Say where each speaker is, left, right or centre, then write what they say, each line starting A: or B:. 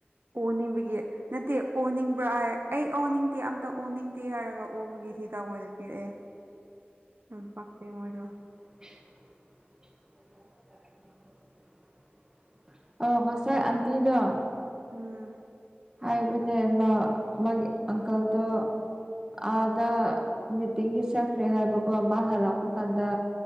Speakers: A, on the right; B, on the right.
A: ꯑꯣꯅꯤꯡꯕꯒꯤ ꯅꯠꯇꯦ ꯑꯣꯅꯤꯡꯕ꯭ꯔꯥ ꯍꯥꯏ ꯑꯩ ꯑꯣꯅꯤꯡꯗꯦ ꯑꯝꯇ ꯑꯣꯅꯤꯡꯗꯦ ꯍꯥꯏꯔꯒ ꯑꯣꯕꯒꯤ ꯍꯤꯗꯥꯛ ꯑꯣꯏꯅ ꯄꯤꯔꯛꯑꯦ ꯌꯥꯝ ꯄꯛꯇꯦ ꯃꯣꯏꯗꯣ
B: <inaudible> <inaudible> ꯑꯧ ꯉꯁꯥꯏ ꯑꯟꯇꯤꯗꯣ
A: ꯎꯝ
B: ꯍꯥꯏꯕꯅꯦ ꯃꯥ ꯃꯥꯒꯤ ꯑꯪꯀꯜꯗꯣ ꯑꯥꯗ ꯃꯤꯇꯤꯡꯒꯤ ꯁꯛꯈ꯭ꯔꯦ ꯍꯥꯏꯕꯀꯣ ꯑꯃ ꯍꯜꯂꯛꯄ
A: ꯎꯝ
B: ꯀꯥꯟꯗ